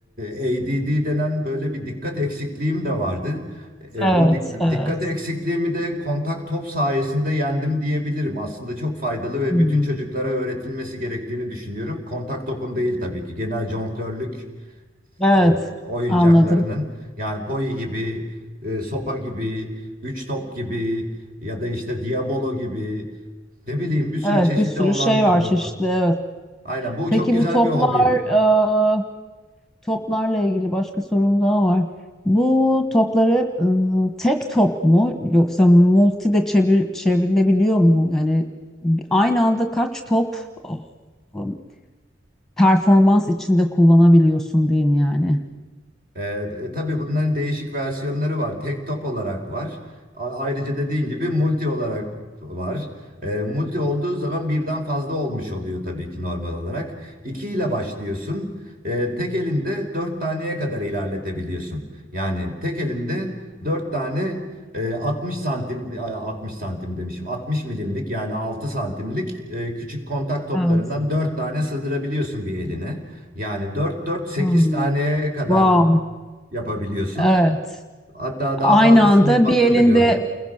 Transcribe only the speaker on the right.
ADD denen böyle bir dikkat eksikliğim de vardı. E,
bu dik-
dikkat eksikliğimi de kontak top sayesinde yendim diyebilirim. Aslında çok faydalı ve
bütün çocuklara öğretilmesi gerektiğini düşünüyorum. Kontak topun değil tabii ki. Genel jonglörlük
e, oyuncaklarının
yani Poi gibi, e, sopa gibi, üç top gibi ya da işte Diabolo gibi ne bileyim bir sürü
çeşidi
olan
bir durum
bu.
Aynen bu
çok güzel
bir hobi.
E, e, tabii bunların değişik versiyonları var. Tek top olarak var. A- Ayrıca dediğin gibi multi olarak var. E, multi olduğu zaman birden fazla olmuş oluyor tabii ki normal olarak. İki ile başlıyorsun. E, tek elinde dört taneye kadar ilerletebiliyorsun. Yani tek elinde dört tane e, 60 santim, a- 60 santim demişim, 60 milimlik yani altı santimlik e, küçük kontak toplarından
dört tane sığdırabiliyorsun bir eline. Yani dört dört sekiz
taneye kadar
yapabiliyorsun.
Hatta daha
fazlasını
yapanları
da gördüm.